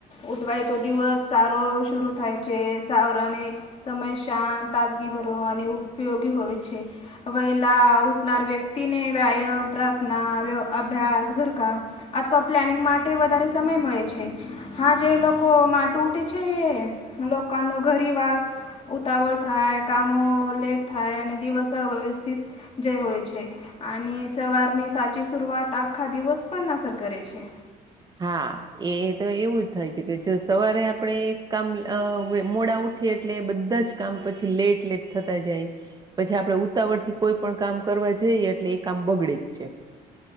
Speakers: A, on the left; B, on the right.
A: ઉઠવા એતો દિવસ સારો શુરુ થાય છે સાવરણી સમય શાત તાજગી ભરો અને ઉપયોગી હોય છે વયલા ઉઠનાર વ્યક્તિને વ્યાયામ પ્રાર્થના વ અભ્યાસ ઘરકમ અથવા પ્લાનિંગ માટે વધારે સમય મળે છે હા જે લોકો માટું ઉટે છે એ લોકાનો ઘરી વાળ ઉતાવળ થાય કામો લેટ થાય અને દિવસ અવ્યવસ્થિત જ હોય છે અને સવારની સાચી શૂરઆત આખા દિવસ પણ અસર કરે છે
B: હા એ તો એવું થાય છે કે જો સવારે આપણે કામ મોડા ઉઠીએ એટલે બધા જ કામ પછી લેટ લેટ થતા જાય પછી આપણેે ઉતાવળ થી કોઈ પણ કામ કરવા જઈએ એટલે એ કામ બગડે જ છે